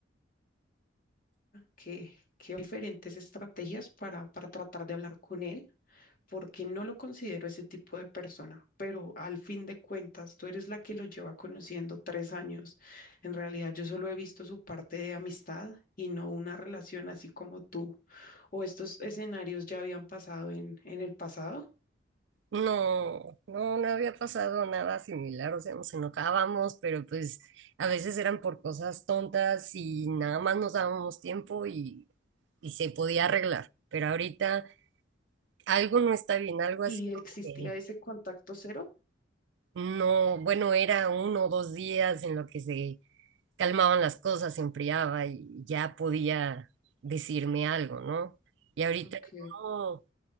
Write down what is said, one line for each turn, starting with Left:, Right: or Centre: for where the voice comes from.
Left: que, que hay diferentes estrategias para, para tratar de hablar con él porque no lo considero ese tipo de persona, pero al fin de cuentas, tú eres la que lo lleva conociendo tres años. En realidad, yo solo he visto su parte de amistad y no una relación así como tú. O estos escenarios ya habían pasado en, en el pasado
Right: No, no, no había pasado nada similar, o sea, nos enojábamos, pero pues a veces eran por cosas tontas y nada más nos dábamos tiempo y, y se podía arreglar, pero ahorita algo no está bien, algo
Left: y
Right: así
Left: existía
Right: como que
Left: ese contacto cero.
Right: no, bueno, era uno o dos días en lo que se calmaban las cosas, se enfriaba y ya podía decirme algo, ¿no? Y ahorita
Left: Ok.
Right: no.